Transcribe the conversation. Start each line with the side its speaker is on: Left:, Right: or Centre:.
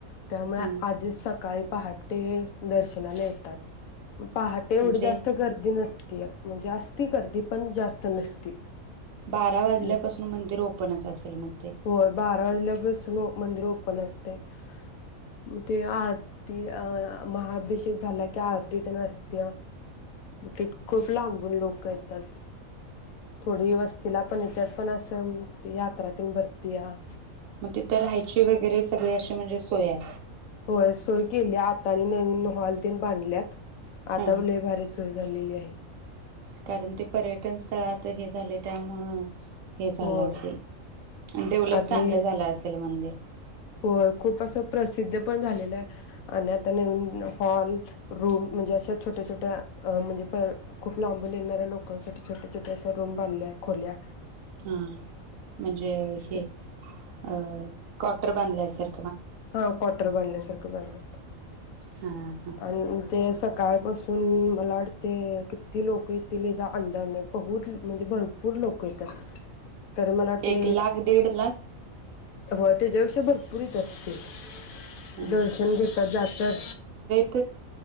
Left: त्यामुळे
Right: हा
Left: आधीच सकाळी पहाट ते दर्शनाला येतात. पा तेवढी
Right: म्हणजे
Left: जास्त गर्दी नसत्या म्हणजे असस्ती गर्दी पण जास्त नसती.
Right: बारा वाजल्यापासून
Left: <inaudible>
Right: मंदिर ओपनच असेल मग ते
Left: होय बारा वाजल्यापासून मंदिर ओपन असत. ते आरती अ महाभिषेक झाला की आरती तर असत्या ते खूप लाबून लोक येतात थोडी वस्तीला पण येतात पण असं यात्रातून भरती या
Right: मग तिथं राहायची वगैरे सगळ अशी म्हणजे सोया
Left: होय सोय केली आता आणि नवीन हॉल ते बांधल्यात आता
Right: हा
Left: पण लई भारी सोय झालेली आहे.
Right: कारण ते पर्यटन स्थळात हे झाले त्यामुळं हे झालं
Left: होय
Right: असेल. आणि डेव्हलप
Left: आणि
Right: चांगलं झालं असेल मंदिर
Left: होय. खूप असं प्रसिद्ध पण झालेलं आहे, आणि आता नवीन हॉल रूम म्हणजे अशा छोट्या छोट्या म्हणजे प खूप लांबून येणाऱ्या लोकांसाठी छोट्या छोट्या अश्या रूम बांधल्यात खोल्या
Right: हां. म्हणजे हे
Left: ते
Right: अं क्वार्टर बांधले असेल
Left: हां. क्वार्टर बांधल्या सारखं बांधल्यात.
Right: हा हा
Left: आणून ते सकाळ पासून मलाडते किती लोक येतील इथ अंदाज नाही. बहुत म्हणजे भरपूर लोक येतात. तरी मला वाटते,
Right: एक लाख दीड लाख
Left: होय. तेज्या भरपूर येत्यात
Right: ह
Left: दर्शन घेतात. जातात
Right: तर